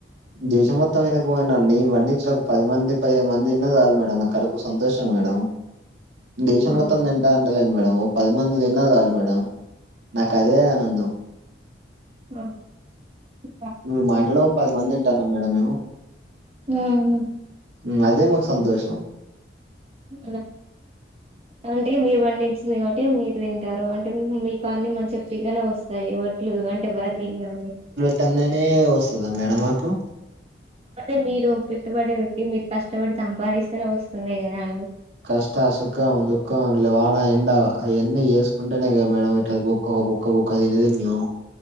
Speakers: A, on the right; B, on the right.
A: దేశం మొత్తం వెనక పోయినా నేన్ పండించడం పది మంది పదిహేను మంది తిన్న జల్ మేడం నాకు కడుపు సంతోషం మేడం దేశం
B: ఆ
A: మొత్తం తింటా అంటలేను మేడం ఓ పది మంది తిన్న జాలు మేడం నాకు అదే ఆనందం
B: ఆ ఇంక
A: ఇపుడు మా ఇంట్లనే ఒక పది మంది తింటనం మేడం మేము
B: ఉహు
A: ఉమ్ అదే మాకు సంతోషం
B: <unintelligible> అంటే మీరు పండిచ్చింది గబట్టి మీరు తింటారు అంటే మీ కాన్ని మంచిగా ఫ్రీగానే వస్ తై వడ్లు అంటే వారిగింజలు
A: ట్టన్ననే వస్తదా మేడం మాకు
B: అంటే మీరు పెట్టుబడి పెట్టి మీరు కష్టపడి సంపాదిస్తేనే వస్తుంది గదా అండి
A: కష్ట సుఖం దుఃఖం లే వాన ఎండ అయన్నీ చేసుకుంటేనే కదా మేడం ఇట్లా గో ఒక బుక్క బుక్క తినేది మేము